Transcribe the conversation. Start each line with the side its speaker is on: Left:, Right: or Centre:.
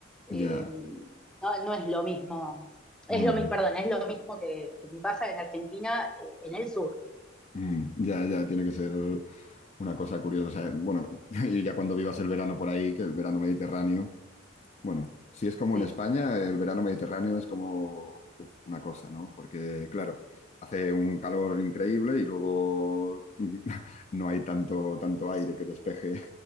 Centre: eh,
Left: ya.
Centre: no, no, es lo mismo, es
Left: Mm.
Centre: lo mismo, perdón, es lo mismo que, que me pasa en Argentina, eh, en el sur,
Left: Mm, ya, ya, tiene que ser una cosa curiosa. eh. Bueno, <laughs> y ya cuando vivas el verano por ahí, que el verano mediterráneo, bueno, si es como
Centre: sí.
Left: en España, el verano mediterráneo es como uf, una cosa, ¿no? Porque, claro, hace un calor increíble y luego <laughs> no hay tanto, tanto aire que despeje,